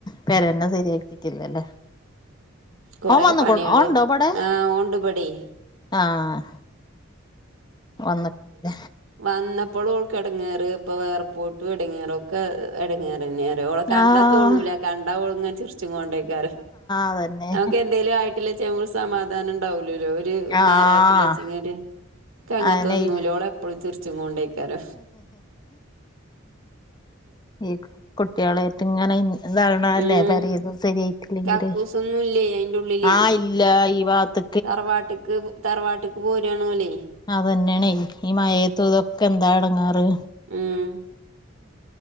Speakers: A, on the left; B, on the right.
A: പെരെന്നെ സെര്യാക്കിട്ടില്ല ലേ
B: കൊറേ
A: ഓൻ വന്നുക്കുൺ
B: പണികള്
A: ഓണ്ടോ ബടെ
B: ആ ഓണ്ട് ഇബടെ
A: ആഹ് വന്ന്ട്ട്ല്ല
B: വന്നപ്പളും ഓൾക്ക് എടങ്ങേറ് ഇപ്പൊ വേറെ പോയ്ട്ടും എടങ്ങേറാ ഒക്കേ എടങ്ങേറന്നെ അറിയൊ ഓളെ കണ്ടാ
A: ആഹ്
B: തോണൂലാ കണ്ടാ ഓള് ഇങ്ങനേ ചിറ്ച്ച്ങ്ങോണ്ടേ ക്കാര്
A: അതന്നെ
B: ഞമ്മക്കെന്തേലു ആയിട്ടില്ലേച്ചാ ഞമ്മൾ സമാധാനം ഇണ്ടാവുല്ലേല്ലോ ഇവര് <unintelligible>
A: ആഹ്
B: നേരായിട്ടില്ലാച്ച്ങ്ങാണ്ട് ഇന്ക്ക് അങ്ങത്തൊന്നുല്ലാ
A: അയന്നെ ഈ
B: ഓള് എപ്പളും ചിറിച്ച് കൊണ്ടേക്കാരം
A: ഈ കുട്ട്യാളേയിറ്റ് ഇങ്ങനെ ഇ ഇത് ആവ്ണ അല്ലേ
B: ഉം
A: പേരേന്നും സരിയായിട്ടില്ലെങ്കില്
B: കക്കൂസൊന്നുല്ലേ അയിന്റെ ഉള്ളിലേ
A: ആഹ് ഇൽ ഇല്ലാ ഈ വാത്ത്
B: തറവാട്ട്ക്ക് തറവാട്ട്ക്ക് പോരാണോലേയ്
A: അതന്നെണയ് ഈ മഴയേത്തൂ ഇതൊക്കെ എന്താ എടങ്ങാറ്
B: ഉം